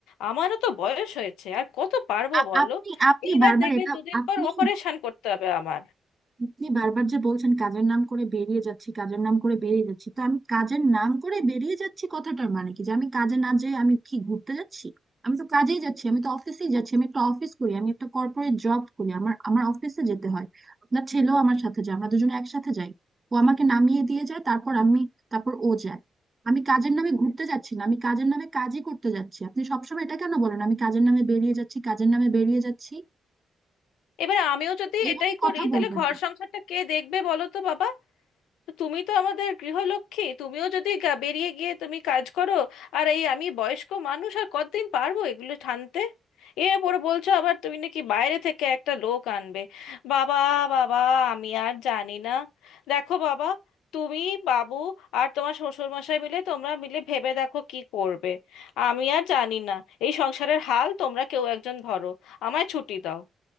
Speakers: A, on the left (about 80°); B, on the right (about 35°).
A: আমারও তো বয়স হয়েছে আর কত পারবো
B: আ-
A: বলো
B: আপনি আপনি
A: এইবার
B: বারবার
A: দেখবে
B: এটা
A: দুদিন
B: আপনি
A: পর অপারেশন করতে হবে আমার
B: আপনি বারবার যে বলছেন কাজের নাম করে বেরিয়ে যাচ্ছি কাজের নাম করে বেরিয়ে যাচ্ছি তো আমি কাজের নাম করে বেরিয়ে যাচ্ছি কথাটার মানে কি যে আমি কাজে না যেয়ে আমি কি ঘুরতে যাচ্ছি আমি তো কাজেই যাচ্ছি আমি তো অফিসেই যাচ্ছি আমি একটা অফিস করি আমি একটা কর্পোরেট জব করি আমার আমার অফিসে যেতে হয় আপনার ছেলেও আমার সাথে যায় আমরা দুজনে একসাথে যাই ও আমাকে নামিয়ে দিয়ে যায় তারপর আমি তারপর ও যায় আমি কাজের নামে ঘুরতে যাচ্ছি না আমি কাজের নামে কাজই করতে যাচ্ছি আপনি সবসময় এটা কেন বলেন আমি কাজের নামে বেরিয়ে যাচ্ছি কাজের নামে বেরিয়ে যাচ্ছি
A: এবার আমিও যদি
B: এইভাবে
A: এটাই
B: কথা
A: করি তাহলে
B: বলবেন
A: ঘর
B: না
A: সংসারটা কে দেখবে বলো তো বাবা তো তুমি তো আমাদের গৃহলক্ষ্মী তুমিও যদি গা- বেরিয়ে গিয়ে তুমি কাজ করো আর এই আমি বয়স্ক মানুষ আর কতদিন পারবো এগুলো টানতে এর পরে বলছো আবার তুমি নাকি বাইরে থেকে একটা লোক আনবে বাবা বাবা আমি আর জানি না দেখো বাবা তুমি বাবু আর তোমার শ্বশুর মশাই মিলে তোমরা মিলে ভেবে দেখো কি করবে আমি আর জানি না এই সংসারের হাল তোমরা কেউ একজন ধরো আমায় ছুটি দাও